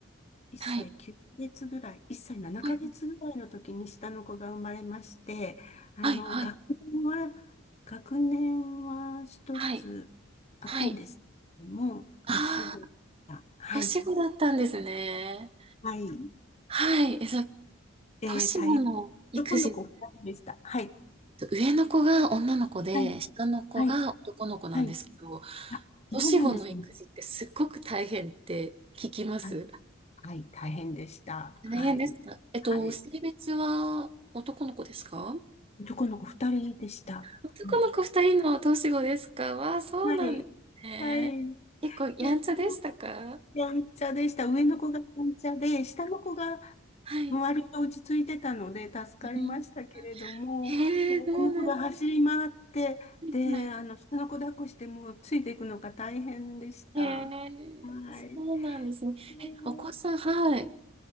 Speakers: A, on the left; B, on the right.
A: 1歳9ヶ月ぐらい、
B: はい、
A: 1歳7ヶ月ぐらいの時に下の子が生まれまして、
B: はい、
A: あの、
B: はい、はい、
A: 学年は、学年は一つ開くんですけども、
B: はい、はい。ああー、
A: 年子が、はい。
B: 年子だったんですね。
A: はい。
B: はい。え、そ
A: えー、
B: 年の育児、
A: 大変。今度こう、お二人でした。はい。
B: えっと、上の子が女の子で、
A: はい。
B: 下の子が男の子なんですけど、
A: はい。はい。あ、そうなんですね。
B: 年子の育児ってすっごく大変って聞きます。
A: はい。はい。大変でした。
B: 大変ですかえっと、
A: はい。はい。
B: 性別は男の子ですかあ、
A: どこの子二人でした。
B: 男の子二人の年子ですかわあ、
A: はい。
B: そうなんですね。
A: はい。はい。
B: 結構やんちゃでしたか
A: で、でもやんちゃでした。上の子がやんちゃで、下の子が
B: はい。
A: 割と落ち着いてたので助かりましたけれども、
B: うんへえ、
A: 上の子が走り回って、
B: そうなんで
A: で、
B: すね。はい
A: あの、下の子抱っこしてもうついていくのが大変でした。
B: へえ、
A: はい。
B: そうなんですね。
A: えー
B: え、お子さん、はい。